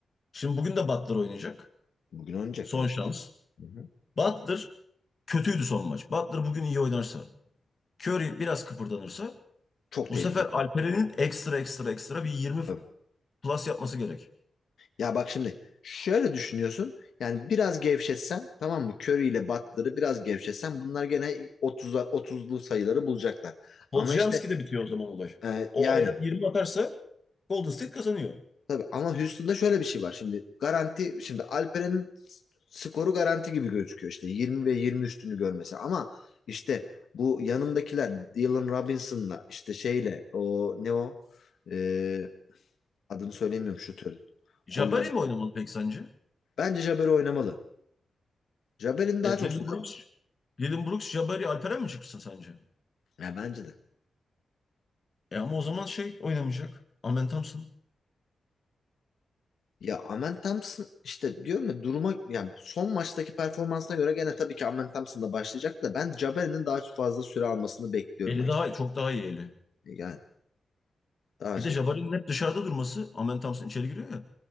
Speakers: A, on the left; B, on the left.
A: Şimdi bugün de Butler oynayacak.
B: Bugün oynayacak
A: Son
B: evet.
A: şans.
B: Hı hı.
A: Butler kötüydü son maç. Butler bugün iyi oynarsa. Curry biraz kıpırdanırsa.
B: Çok
A: Bu
B: tehlikeli
A: sefer
B: takım.
A: Alperen'in ekstra ekstra ekstra bir 20
B: Tabii.
A: plus yapması gerek.
B: Ya bak şimdi şöyle düşünüyorsun. Yani biraz gevşetsen tamam mı? Curry ile Butler'ı biraz gevşetsen bunlar gene 30'a 30'lu sayıları bulacaklar.
A: Poljiamski'de
B: Ama işte
A: bitiyor o zaman olay.
B: e,
A: O
B: yani
A: eğer 20 atarsa Golden State kazanıyor.
B: tabii ama Houston'da şöyle bir şey var. Şimdi garanti şimdi Alperen'in skoru garanti gibi gözüküyor. İşte 20 ve 20 üstünü görmesi ama işte bu yanındakiler Dylan Robinson'la işte şeyle o ne o E, adını söylemiyorum şutörün.
A: Jabari
B: Hollanda.
A: mi oynamalı peki sence?
B: Bence Jabber oynamalı. Jabber'in daha
A: E,
B: çok
A: Dylan
B: sayı
A: Brooks, Dylan Brooks, Jabari, Alperen mi çıksın sence?
B: Ya bence de.
A: E ama o zaman şey oynamayacak. Amen Thompson.
B: Ya Amen Thompson işte diyorum ya duruma yani son maçtaki performansına göre gene tabii ki Amen Thompson da başlayacak da ben Jabari'nin daha fazla süre almasını bekliyorum
A: Eli
B: açık.
A: daha iyi, çok daha iyi eli.
B: Yani daha
A: Bir
B: şey.
A: de Jabari'nin hep dışarıda durması, Amen Thompson içeri giriyor ya.